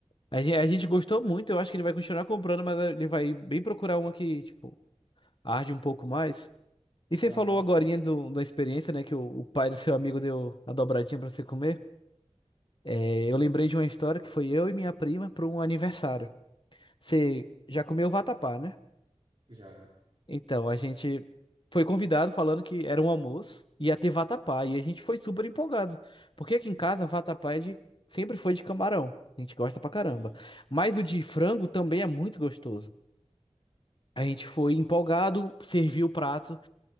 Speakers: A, on the left; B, on the right.
A: A gente, a gente gostou muito, eu acho que ele vai continuar comprando, mas ele vai bem procurar uma que, tipo, arde um pouco mais. E você
B: Aham.
A: falou agorinha do, da experiência, né? Que o, o pai do seu amigo deu a dobradinha pra você comer. É, eu lembrei de uma história que foi eu e minha prima para um aniversário. Você já comeu vatapá, né?
B: Já,
A: Então, a gente foi convidado falando que era um almoço, ia ter vatapá, e a gente foi super empolgado. Porque aqui em casa, vatapá é de... sempre foi de camarão. A gente gosta pra caramba.
B: sim.
A: Mas o de frango também é muito gostoso. A gente foi empolgado, serviu o prato.